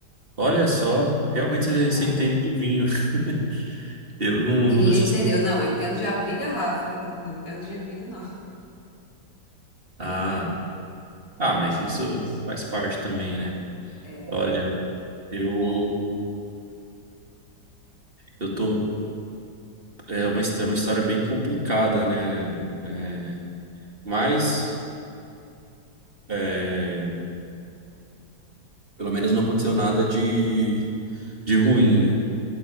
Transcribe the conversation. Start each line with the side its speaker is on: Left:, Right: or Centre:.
Right: olha só, realmente você
Left: É.
Right: você entende de vinho. <laughs> Eu não,
Left: Iria
Right: não- eu só
Left: entender.
Right: sei.
Left: Eu Não, eu entendo de abrir garrafa. <laughs> Não entendo de vinho, não.
Right: Ah, ah,
Left: É
Right: mas
Left: diferente.
Right: isso faz parte também, né?
Left: É,
Right: Olha,
Left: é.
Right: eu eu tô é uma, his- é uma história bem complicada, né? É, mas é, Pelo menos não aconteceu nada de, de ruim, né?